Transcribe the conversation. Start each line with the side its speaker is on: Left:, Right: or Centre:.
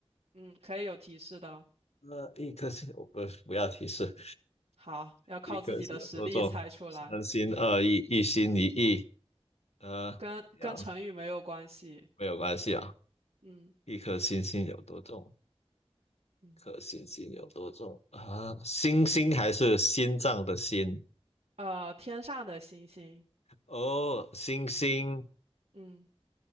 Right: 嗯，可以有提示的哦。
Left: 那、一颗星，我不不要提示，
Right: 好，要靠自己的实力猜出来。
Left: 一颗星有多重？三心二意，
Right: 嗯，
Left: 一心一意。呃，
Right: 跟跟成语没有关系。
Left: 两没有关系啊。
Right: 嗯
Left: 一颗星星有多重？
Right: 嗯，
Left: 一颗星星有多重啊？星星还是心脏的心？
Right: 呃，天上的星星。
Left: 哦，星星，
Right: 嗯，